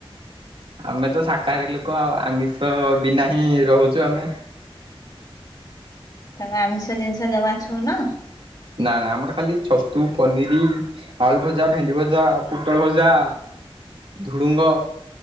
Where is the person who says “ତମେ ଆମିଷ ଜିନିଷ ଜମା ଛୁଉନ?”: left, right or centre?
Left